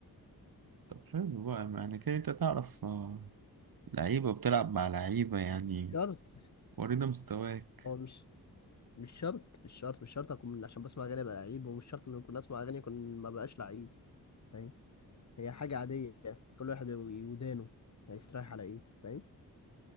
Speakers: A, on the right; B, on the left.
A: طب حلو بقى يعني كده انت تعرف آه، لعيبة وبتلعب مع لعيبة يعني
B: شرط
A: ورينا مستواك
B: هو مش مش شرط مش شرط مش شرط اكون عشان بسمع اغاني ابقى لعيب ومش شرط ان اكون اسمع اغاني اكون ما بقاش لعيب فاهم هي حاجه عاديه كل واحد ودانه هيستريح على ايه فاهم